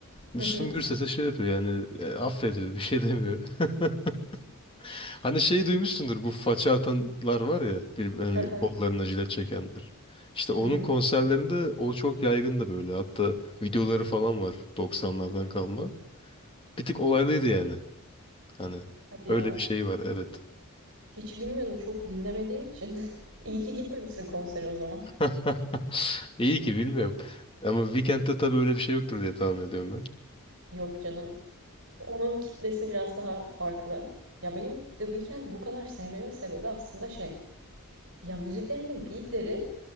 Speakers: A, on the left; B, on the right.
A: Müslüm
B: Hı hı.
A: Gürses'e şey yapıyor yani e, affediyor bir şey demiyor. <laughs> Hani şeyi duymuşsundur bu faça atanlar var ya bir, hani
B: Hı hı.
A: kollarına jilet çekenler. İşte onun
B: Hı hı.
A: konserlerinde o çok yaygındı böyle. Hatta videoları falan var 90'lardan kalma. Bir tık olaylıydı yani. Hani
B: Hadi
A: öyle
B: ya
A: bir şey var evet.
B: Hiç bilmiyordum çok dinlemediğim için. <laughs> İyi ki gitmemişsin konsere o zaman.
A: <laughs> İyi ki bilmiyorum. Ama Weekend'de tabii öyle bir şey yoktur diye tahmin ediyorum ben.
B: Yok canım. Onun kitlesi biraz daha farklı. Ya benim The Weeknd'i bu kadar sevmemin sebebi aslında şey. Ya müziklerinin beatleri